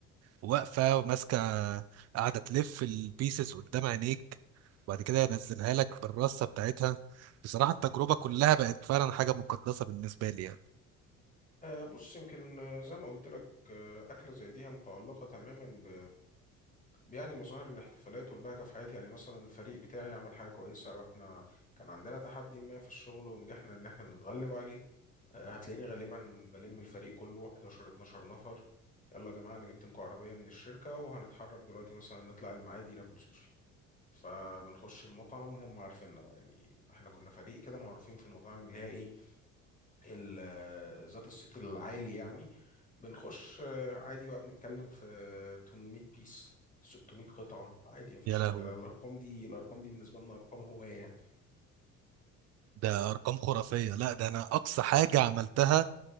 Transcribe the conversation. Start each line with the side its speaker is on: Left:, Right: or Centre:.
Right: واقفه وماسكه قاعده تلف البيسز قدام عينيك وبعد كده ينزلها لك بالرصه بتاعتها بصراحه التجربه كلها بقت فعلا حاجه مقدسه بالنسبه لي يعني
Left: آه، بص يمكن آه، زي ما قلت لك آه، أكلة زي دي هي متعلقة تماما ب يعني مظاهر الاحتفالات والبهجة في حياتي يعني مثلا الفريق بتاعي عمل حاجة كويسة أو إحنا كان عندنا تحدي ما في الشغل ونجحنا إن إحنا نتغلب عليه آه، هتلاقيني غالبا بلم الفريق كله 11 12 نفر يلا يا جماعة أنا جبت لكم عربية من الشركة وهنتحرك دلوقتي مثلا نطلع المعادي ناكل سوشي فبنخش المطعم هم عارفيننا بقى يعني إحنا كنا فريق كده معروفين في المطاعم اللي هي إيه ال- ذات الصيت العالي يعني بنخش آه، عادي بقى بنتكلم في 800 بيس 600 قطعة عادي مفيش
Right: يا
Left: حاجة
Right: لهوي
Left: لا الأرقام دي الأرقام دي بالنسبة لنا أرقام هواية يعني
Right: ده ارقام خرافيه لا ده انا اقصى حاجه عملتها